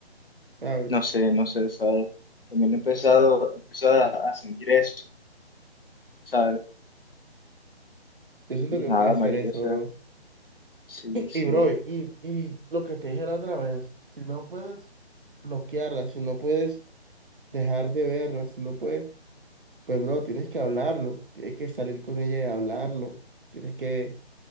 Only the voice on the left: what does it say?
No sé, no sé, ¿sabes? También he empezado, he empezado a, a sentir eso, ¿sabes?
Y
nada,
marica,
o sea,
sí,
sí.